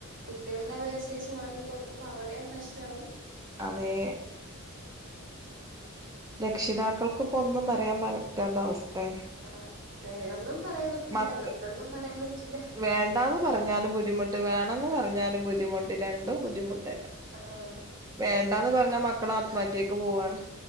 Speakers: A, on the right; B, on the right.
A: കുട്ടികളുടെ അതനുസരിച്ച് വാങ്ങി കൊടുക്കുമ്പോ അവിടെയും പ്രശ്നാവും
B: അതേ രക്ഷിതാക്കൾക്കിപ്പ ഒന്നും പറയാൻ പ പറ്റാത്ത അവസ്ഥയേണ്.
A: ആ വേണെന്നും പറയാൻ പറ്റില്ല
B: മക്ക
A: വേണ്ടെന്നും പറയാൻ പറ്റില്ല.
B: വേണ്ടാന്ന് പറഞ്ഞാലും ബുദ്ധിമുട്ട് വേണന്ന് പറഞ്ഞാലും ബുദ്ധിമുട്ട് രണ്ടും ബുദ്ധിമുട്ട് തന്നെ.
A: ആഹ്
B: വേണ്ടന്ന് പറഞ്ഞാ മക്കള ആത്മമാഹത്യക്ക് പോവാണ്